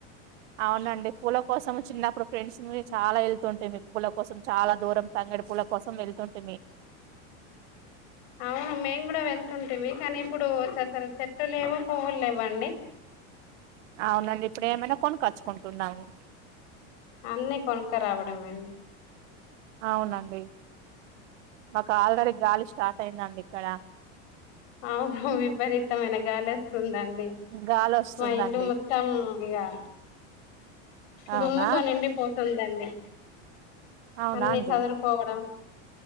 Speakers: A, on the right (about 75°); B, on the left (about 70°).
A: అవునండి పూల కోసం చిన్నప్పుడు ఫ్రెండ్స్నీ చాలా వెళ్తుంటీమీ మీకు పూల కోసం చాలా దూరం తంగడు పూల కోసం వెళ్తుంటిమీ
B: అవును మేము కూడా వెళ్తుంటిమీ కానీ ఇప్పుడు అసలు చెట్లు లేవు పువ్వులు లేవ్వండి
A: అవునండి ఇప్పుడు ఏమైనా కొనుక్కచ్చుకుంటున్నాము
B: అన్నీ కొనుక రావడమే అండి
A: అవునండి మాకు ఆల్రెడీ గాలి స్టార్ట్ అయిందండి ఇక్కడ
B: అవును విపరీతమైన గాలీ అస్తుంది అం డి
A: గాలి వస్తుందండి
B: మా ఇల్లు మొత్తం ఇగా దుమ్ముతో
A: అవునా
B: నిండి పోతుందండి
A: అవునా
B: అన్ని
A: అండి
B: సదరుకోవడం